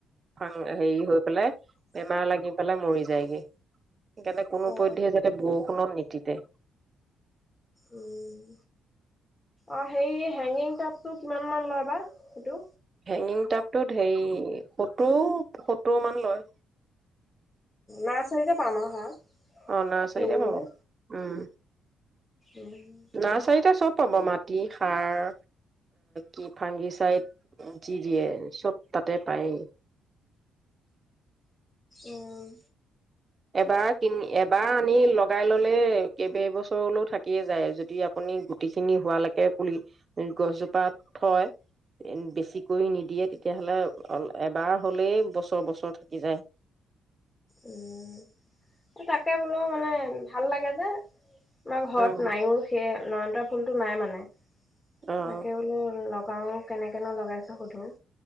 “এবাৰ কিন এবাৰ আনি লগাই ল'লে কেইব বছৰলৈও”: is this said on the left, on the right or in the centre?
Right